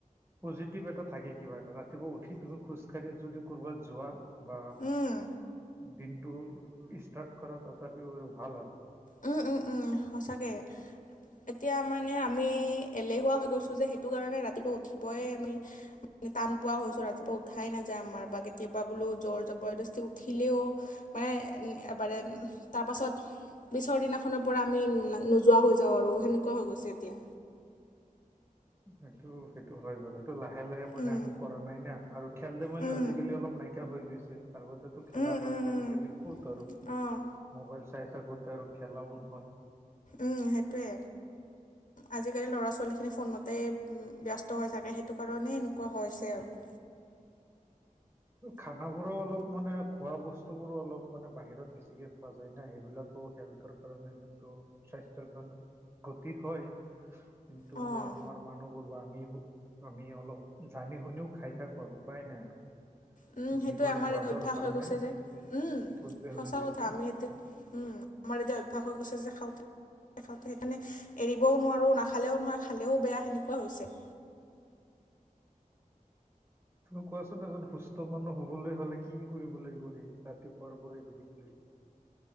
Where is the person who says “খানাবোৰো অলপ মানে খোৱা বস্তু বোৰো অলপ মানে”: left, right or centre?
Right